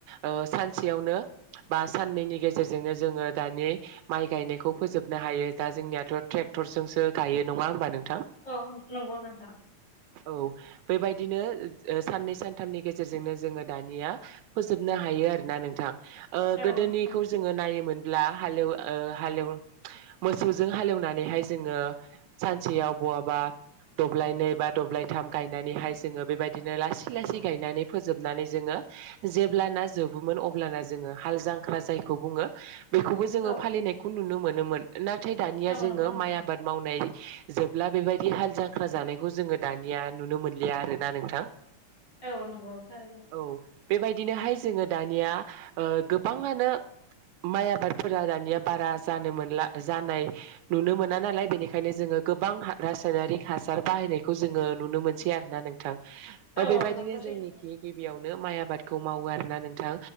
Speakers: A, on the right (about 80°); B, on the left (about 35°).
A: ओ सानसेयावनो बा साननैनि गेजेरजोंनो जोङो दानि माइ गायनायखौ फोजोबनो हायो दा जोंनियाथ' ट्रेक्टरजोंसो गायो नङा होमबा नों
B: अ नोंगौ नोंथां
A: औ बेबायदिनो ओ साननै सानथामनि गेजेरजोंनो जोङो दानि निया फोजोबनो हायो आरोना नोंथां ओ
B: औ
A: गोदोनिखौ
B: नंगौ
A: जोङो नायोमोन ब्ला हालेव ओ हालेव मोसौजों हालेवनानैहाय जोङो सानसेयाव बहाबा दब्लाय नै बा दब्लायथाम गायनानैहाय जोङो बेबायदिनो लासै लासै गायनानै फोजोबनानै जोङो जेब्लाना जोबोमोन अब्लाना जोङो हाल जांख्रा जायखौ बुङो बेखौबो जोङो
B: औ
A: फालिनायखौ नुनो मोनोमोन नाथाय दानिया
B: औ
A: जोङो
B: नंगौ नोंथां
A: माइ आबाद मावनाय जोब ब्ला बेबादि हाल जांख्रा जानायखौ जोङो दानिया नुनो मोनलिया आरोना नोंथां
B: औ नंगौ सार
A: औ बेबायदिनोहाय जोङो दानिया ओ गोबाङानो माइ आबादफोरा दानिया बारा जानो मोनला जानाय नुनो मोना नालाय बेनिखायनो जोङो गोबां रासायनारिक हासार बाहायनायखौ जोङो नुनो मोनसै आरो ना नोंथां ओ
B: औ
A: बेबायदिनो
B: नंगौ सैथो
A: जोंनिखि गिबियावनो माइ आबादखौ मावो आरो ना नोंथां